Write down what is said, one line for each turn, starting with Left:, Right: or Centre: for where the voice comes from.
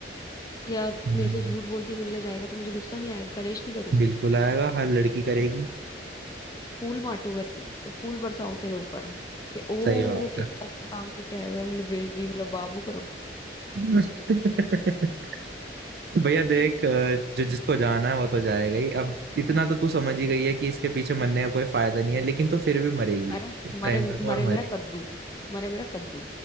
Left: या
Right: हम्म,
Left: मेरे से झूठ बोल के मिलने जाएगा तो मुझे गुस्सा नहीं आएगा कलेश नहीं करूंगी
Right: बिल्कुल आएगा हर लड़की करेगी
Left: फूल बांटू मैं ते- फूल बरसाऊं तेरे ऊपर कि ओ
Right: सही बात
Left: कितना अच्छा काम करके आएगा मेरे बेबी मेरा बाबू
Right: है <laughs> भैया देख अ, जो जिसको जाना है वो तो जाएगा ही अब इतना तो तू समझ ही गई है कि इसके पीछे मरने का कोई फायदा नहीं है लेकिन तो फिर भी मरेगी
Left: अरे
Right: कुछ
Left: मरे
Right: टाइम
Left: मरे
Right: तक और मरेगी
Left: मेरा कद्दू मरे मेरा कद्दू